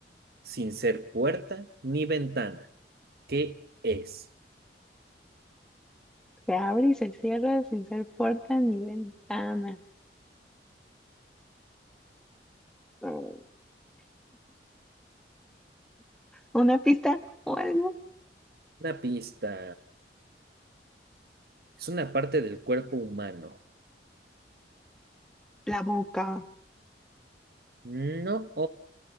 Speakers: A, on the right (about 55°); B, in the centre.
A: sin ser puerta ni ventana. ¿Qué es?
B: Se abre y se cierra sin ser puerta ni ventana. Mm, ¿Una pista o algo?
A: Una pista. Es una parte del cuerpo humano.
B: La boca,
A: No.